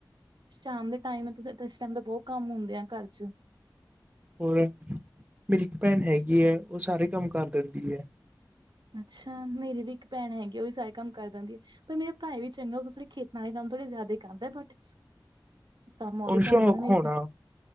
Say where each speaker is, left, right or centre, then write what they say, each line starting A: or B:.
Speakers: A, on the right; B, on the right.
A: ਸ਼ਾਮ ਦੇ ਟਾਈਮ ਤੁਸੀਂ ਤਾਂ ਇਸ ਟਾਈਮ ਦਾ ਬਹੁਤ ਕੰਮ ਹੁੰਦੇ ਆ ਘਰ ਚ।
B: ਹੋਰ, ਮੇਰੀ ਇਕ ਪੈਨ ਹੈਗੀ ਐਂ, ਓਹ ਸਾਰੇ ਕੰਮ ਕਰ ਦੇੰਦੀ ਐ।
A: ਅੱਛਾ! ਮੇਰੀ ਵੀ ਇੱਕ ਭੈਣ ਹੈਗੀ ਆ ਓਹ ਵੀ ਸਾਰੇ ਕੰਮ ਕਰ ਦੇੰਦੀ ਏ। ਪਰ ਮੇਰੇ ਭਾਈ ਵੀ ਚੰਗਾ ਉਦੋਂ ਥੋੜੇ ਖੇਤਾਂ ਆਏ ਕੰਮ ਥੋੜ੍ਹੇ ਜਾਦਾ ਈ ਕਰਦੈ ਬਟ ਕੰਮ ਉਹ
B: ਉਹਨੂੰ
A: ਵੀ ਕਰ
B: ਸ਼ੌਕ
A: ਦਿੰਦੇ ਮੇਰੀ
B: ਹੋਣਾ
A: 'ਭੈਣ'